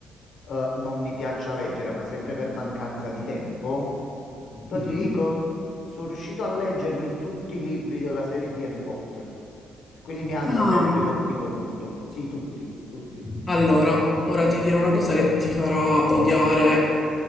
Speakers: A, on the left (about 65°); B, on the left (about 25°).
A: eh, non mi piaccia leggere, ma sempre per mancanza di tempo. Però
B: Mhm.
A: ti dico, sono riuscito a leggermi tutti i libri della serie di Harry Potter. E Quelli mi hanno
B: Ah,
A: sempre colpito molto. Sì, tutti, tutti.
B: allora, ora ti dirò una cosa che ti farà odiare